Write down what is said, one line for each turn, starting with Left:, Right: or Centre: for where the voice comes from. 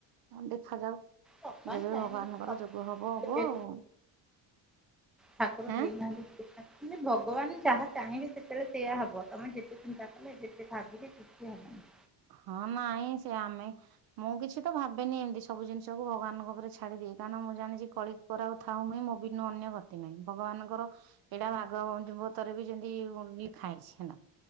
Right: ଆ ଦେଖାଯାଉ।
Centre: ଭଗବାନ
Right: ଯେବେ
Centre: ଚାହିଁବେ
Right: ଭଗବାନଙ୍କର
Centre: ସବୁ
Right: ଯୋଗ ହବ ହବ
Centre: ଦେବେ
Right: ଆଉ।
Centre: ଠାକୁର
Right: ହେଁ।
Centre: ଦେଇନାହାନ୍ତି ଦେଇନାହାନ୍ତି ମାନେ ଭଗବାନ ଯାହା ଚାହିଁବେ ସେତେବେଳେ ସେଇୟା ହବ, ତମେ ଯେତେ ଚିନ୍ତା କଲେ ଯେତେ ଭାବିଲେ କିଛି ହବନି।
Right: ହଁ ନାଇଁ ସେ ଆମେ ମୁଁ କିଛି ତ ଭାବେନି, ଏମିତି ସବୁ ଜିନିଷକୁ ଭଗବାନଙ୍କ ଉପରେ ଛାଡିଦି ଦିଏ, କାରଣ ମୁଁ ଜାଣିଛି କଳିଯୁଗର ଥାଉ ମୁହିଁ ମୋ ବି ନୁ ଅନ୍ୟ ଗତି ନାହିଁ ଭଗବାନଙ୍କର ଏଇଟା ଭାଗ ବତରେ ବି ଯେମିତି ଲେଖାଇଛି ହେଲା,